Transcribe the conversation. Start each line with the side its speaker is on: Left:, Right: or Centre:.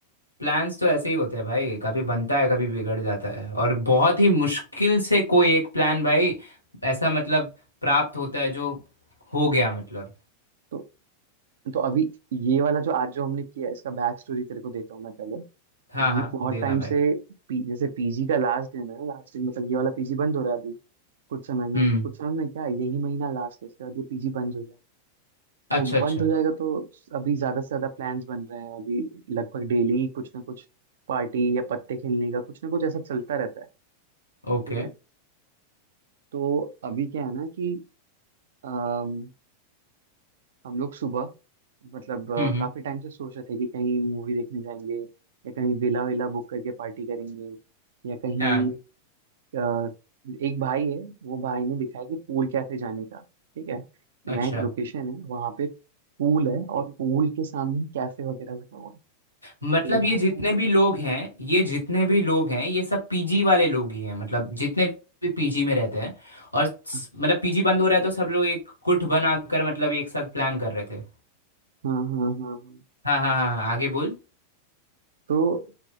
Left: प्लान्स तो ऐसे ही होते हैं भाई कभी बनता है कभी बिगड़ जाता है और बहुत ही मुश्किल से कोई एक प्लान भाई ऐसा मतलब प्राप्त होता है जो हो गया मतलब
Right: तो तो अभी ये वाला जो आज जो हमने किया इसका बैक स्टोरी तेरे को देता हूँ मैं पहले तो
Left: हाँ
Right: हम
Left: हाँ
Right: लोग बहुत
Left: देना
Right: टाइम
Left: भाई
Right: से पी, जैसे पीजी का लास्ट दिन है ना लास्ट दिन मतलब ये वाला पीजी बंद हो रहा है अभी कुछ समय
Left: हम्म
Right: में कुछ समय में क्या यही महीना लास्ट है इसके बाद ये पीजी बंद हो जाएगा
Left: अच्छा
Right: तो
Left: अच्छा
Right: बंद हो जाएगा तो अभी ज्यादा से ज्यादा प्लान्स बन रहे हैं अभी लगभग डेली कुछ ना कुछ पार्टी या पत्ते खेलने का कुछ ना कुछ ऐसा चलता रहता है
Left: ओके
Right: ठीक है तो अभी क्या है ना कि अम, हम लोग सुबह मतलब अ,
Left: हम्म हम्म
Right: काफी टाइम से सोच रहे थे कि कहीं मूवी देखने जाएंगे या कहीं विला विला बुक करके पार्टी करेंगे या कहीं
Left: हाँ
Right: अ, एक भाई है वो भाई ने दिखाया कि पूल कैफे जाने का ठीक है तो यहाँ
Left: अच्छा
Right: एक लोकेशन है वहाँ पे पूल है और पूल के सामने कैफे वगैरह लगा हुआ है तो
Left: मतलब
Right: यहाँ
Left: ये जितने
Right: पे
Left: भी लोग हैं ये जितने भी लोग हैं ये सब पीजी वाले लोग ही हैं मतलब जितने भी पीजी में रहते हैं और स-
Right: हाँ
Left: मतलब पीजी बंद हो रहा है तो सब लोग एक गुट बनाकर मतलब एक साथ प्लान कर रहे थे
Right: हाँ हाँ हाँ।
Left: हाँ हाँ हाँ हाँ आगे बोल
Right: तो